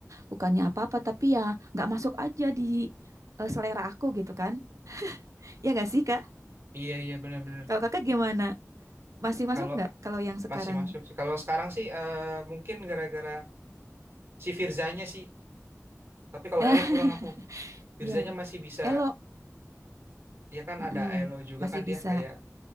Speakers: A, on the right (about 75°); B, on the right (about 50°).
A: Bukannya apa-apa tapi ya nggak masuk aja di eh, selera aku gitu kan. Ya nggak sih, Kak?
B: Iya iya benar-benar.
A: Kalau Kakak gimana? Masih masuk
B: Kalau
A: nggak kalau yang sekarang?
B: masih masuk sih. Kalau sekarang sih eh, mungkin gara-gara si Firzanya sih. Tapi kalau
A: <laughs>
B: Elo kurang aku. Firzanya
A: Iya.
B: masih bisa.
A: Elo,
B: Ya kan
A: mm-mm,
B: ada Elo juga
A: masih
B: kan dia
A: bisa.
B: kayak